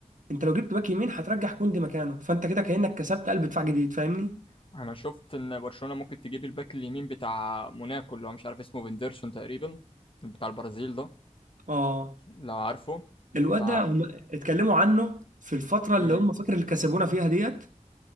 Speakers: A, on the right (about 75°); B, on the left (about 40°).
A: انت لو جبت باك يمين هترجع كوندي مكانه فانت كده كأنك كسبت قلب دفاع جديد فاهمني؟
B: انا شفت ان برشلونة ممكن تجيب الباك اليمين بتاع موناكو اللي هو مش عارف اسمه فيندرسون تقريبا بتاع البرازيل ده
A: اه
B: لو عارفه
A: الواد
B: ف
A: ده هم اتكلموا عنه في الفترة اللي
B: مم.
A: هم فاكر اللي كسبونا فيها ديت